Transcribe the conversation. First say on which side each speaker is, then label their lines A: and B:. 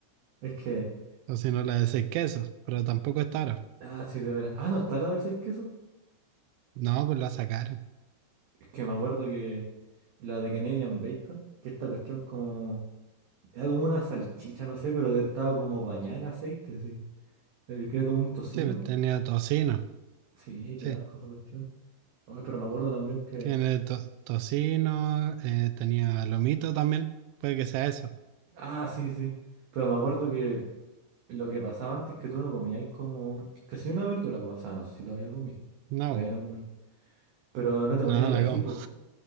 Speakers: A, on the right; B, on the right.
A: Es que.
B: O si no le decís queso, pero tampoco es taro.
A: Ah, sí, de veras. Ah, no, está la de seis quesos.
B: No, pues la sacaron.
A: Es que me acuerdo que la de Canadian Bacon, que esta cuestión como. Era como una salchicha, no sé, pero estaba como bañada en aceite, sí. Eh, Que era como un tocino.
B: Sí, pues tenía tocino.
A: Sí,
B: Sí,
A: qué asco esa cuestión. Oye, pero me acuerdo también que.
B: tiene to- tocino, eh, tenía lomito también. Puede que sea eso.
A: Ah, sí, sí. Pero me acuerdo que. Lo que pasaba antes que tú no comías como casi una verdura, pues, o sea, no sé si todavía comí,
B: No,
A: todavía no comí, pero no te comías
B: no,
A: el
B: no
A: ají, pues.
B: como.